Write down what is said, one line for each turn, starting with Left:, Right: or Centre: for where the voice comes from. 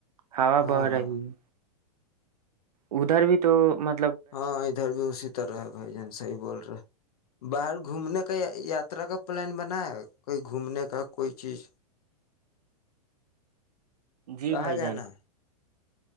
Right: ہا
Left: ہاں
Right: بہ رہی
Left: ہاں
Right: ہے ادھر بھی تو مب
Left: ہاں ادھر بھی اسی طرح ہے بھائی جان صحیح بول رہا باہر گھومنے کا یاترا کا پلان بنا ہے کوئی گھومنے کا کوئی چیز
Right: جی
Left: کہاں
Right: بھائی
Left: جانا
Right: جان
Left: ہے